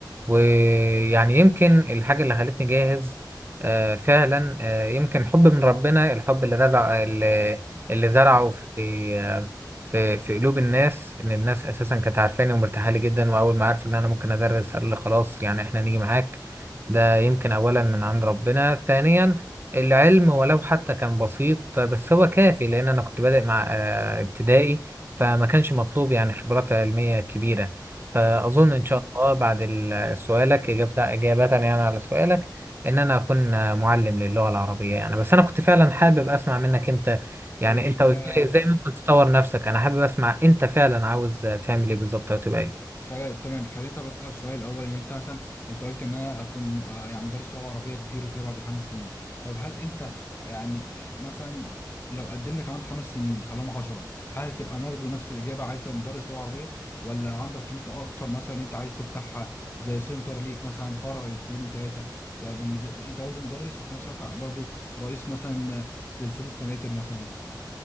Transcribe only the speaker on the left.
طيب
آه،
خلا- تمام خليتها بسألك سؤال الأول إن أنت مثلا أنت قلت إن أنا أكون آه، يعني مدرس لغة عربية كبير وكده بعد خمس سنين طيب هل أنت يعني آه، مثلا لو قدمنا كمان خمس سنين خلاهم 10 هل هتبقى برضه نفس الإجابة عايز تبقى مدرس لغة عربية ولا عندك طموح أكتر مثلا أنت عايز تفتح زي سنتر ليك مثلا فرع واثنين وثلاثة تبقى بن- أنت برضه مدرس وفي نفس الوقت برضه رئيس مثلا آه، سلسلة سناتر مثلا